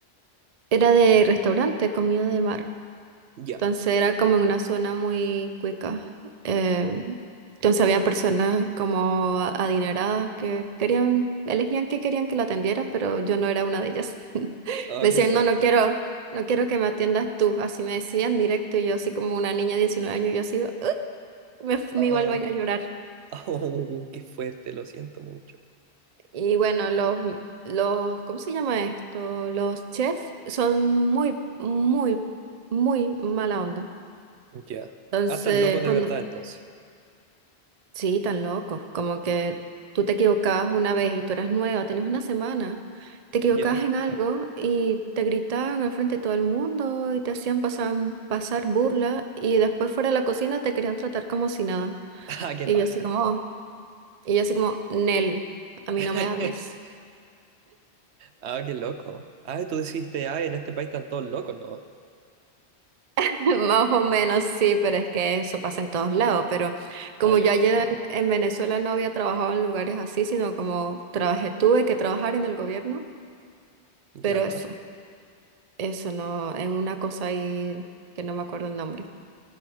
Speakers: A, on the right; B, on the right.
A: Era de restaurante, comida de mar.
B: Ya,
A: Entonces era como en una zona muy cuica. Eh, entonces había personas como a- adineradas que querían, elegían que querían que la atendiera, pero yo no era una de ellas. <laughs>
B: ah,
A: Me decían,
B: qué fuerte.
A: no, no quiero, no quiero que me atiendas tú. Así me decían directo y yo así como una niña de 19 años, yo así, "Ugh", me, f-
B: Ah,
A: me iba al baño a llorar.
B: <laughs> ah, oh, qué fuerte, lo siento mucho.
A: Y bueno, los, los, ¿cómo se llama esto? Los chefs son muy, muy, muy mala onda.
B: Ya,
A: Entonces,
B: ah, estás loco de
A: cuando,
B: verdad entonces.
A: sí, tan locos, como que tú te equivocabas una vez y tú eras nueva, tenías una semana, te equivocabas
B: Ya,
A: en algo y te gritaban al frente de todo el mundo y te hacían pasar, pasar burla y después fuera de la cocina te querían tratar como si nada.
B: <laughs> ah, qué
A: Y
B: paja.
A: yo así como, y yo así como, Nel, a mí
B: <laughs>
A: no me hables.
B: Ah, qué loco. Ah, tú dijiste, ah, en este país están todos locos, ¿no?
A: <laughs> Más o menos sí, pero es que eso pasa en todos lados. Pero como
B: Ah, ya,
A: yo allá en, en Venezuela no había trabajado en lugares así, sino como trabajé, tuve que trabajar en el gobierno,
B: ya,
A: pero eso, eso no, en una cosa ahí que no me acuerdo el nombre,